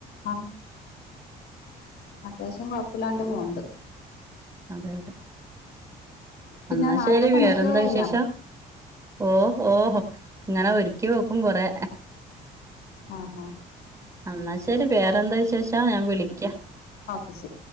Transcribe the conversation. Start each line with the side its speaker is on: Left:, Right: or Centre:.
Left: ആ അത്യാവശ്യം കൊഴപ്പില്ലാണ്ട് പോണ്ട്
Right: അതെ അതെ
Left: പിന്നെ
Right: എന്നാ
Left: നാളത്തെ
Right: ശരി
Left: പണിയൊക്കെ
Right: വേറെന്താ
Left: കഴിഞ്ഞോ
Right: വിശേഷം ഓ ഓഹോ ഇങ്ങനെ ഒരുക്കി വെക്കും കൊറെ
Left: ആ ഹാ
Right: ആന്നാ ശ ശരി വേറെന്താ വിശേഷം ഞാൻ വിളിക്ക
Left: ഓക്കെ ശരി